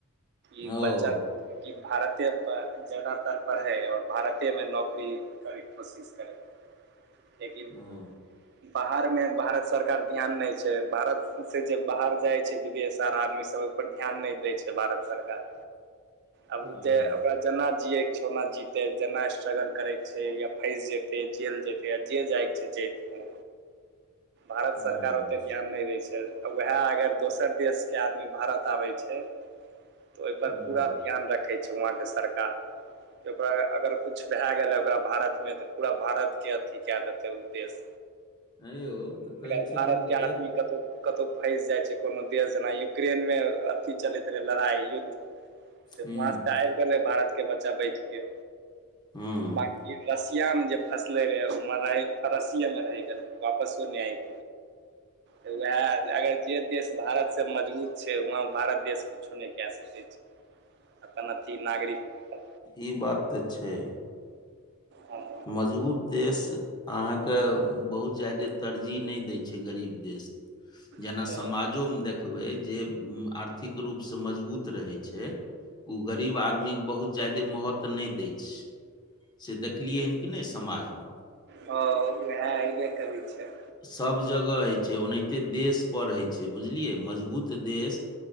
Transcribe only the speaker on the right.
इक
बच्चा कि भारतेप जादातर पढ़ै और भारतेमे नौकरी। कभी कोशिश करे।
लेकिन
बाहरमे भारत सरकार ध्यान नै छै भारतसे जे बाहर जाइ छै विदेश आर आदमी सब ओहिपर ध्यान नहि दै छै भारत सरकार।
आब उजे
ओकरा जेना जिये के छौ ओना जीव। तऽ जेना स्ट्रगल करैके छै या फसि जेतै जेल जेतै य जे जाइके छै जेतै। भारत
सरकार ओते ज्ञान नै रै छै। उहे अगर दोसर देशके आदमी भारत आबै छै। ओहिपर
पूरा ध्यान रखै छै वआके सरकार। जे ओकरा अगर कुछ भेऽ गेलै ओकरा भारतमे तऽ पूरा भारतके अथी के देतै ओ देश।
भारत
के आदमी
क कतहु कतहु फँसि जाइछै कोनो देश जेना यूक्रेनमे अथि चलैत रहै लड़ाइ युद्ध। तेना
स आबि गेलै भारत के बच्चा बैठके
बाकि रस इहे मे जे फसले रहे उम्हर रहै फरसिये मे रहि गेले वपसो नै एल। वेहे अगर जे देश भारतसँ मजगुत छै वहाँ भारत देश कुछो नहि। कए सकै छै अपन अथी नागरिक।
हँ
हँ
ह उहे हयबे करय छय